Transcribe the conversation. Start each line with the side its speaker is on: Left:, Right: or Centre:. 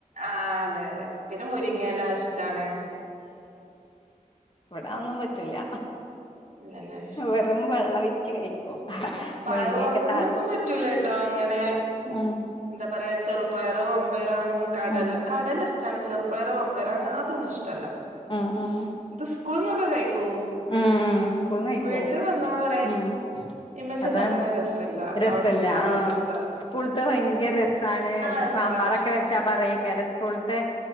Right: ആഹ് അതെ അതെ പിന്നെ മുരിങ്ങല്ല ഇഷ്ടാണ്
Left: ഇവിട ഒന്നും പറ്റൂല
Right: ഇല്ലല്ലേ
Left: വെറും വെള്ള വിച്ച് കഴിക്കും
Right: പയറ്
Left: മുരിങ്ങയൊക്കെ
Right: വർഗ്ഗങ്ങളൊന്നും
Left: താളിച്ചിട്ട്
Right: പറ്റൂല ട്ടോ അങ്ങനെ
Left: ഉം
Right: എന്താ പറയാ ചെറുപ്പയർ മമ്പയർ കടല്ല
Left: ഉം
Right: കടല്ല സ് ചണ ചെറുപ്പയറ് വമ്പയറ് അങ്ങ അതൊന്നും ഇഷ്ടല്ല
Left: ഉം ഉം
Right: ഇത് സ്കൂൾനൊക്കെ കഴിക്കും
Left: ഉം ഉം സ്കൂൾന് കയിക്കും
Right: വീട്ടിൽ വന്നാ പറയും
Left: ഉം
Right: ഇമ്മച്ചി
Left: അതാണ്
Right: ഇണ്ടാക്കണ രസല്ല
Left: രസല്ല
Right: അവിടുത്തെ നല്ല
Left: ആഹ്
Right: രസാ
Left: സ്കൂളത്തെ ഭയങ്കര രസ ആണ്
Right: ആ രസാ
Left: സാമ്പാറൊക്കെ വെച്ചാ പറയ്ക്കാരം സ്കൂളത്തെ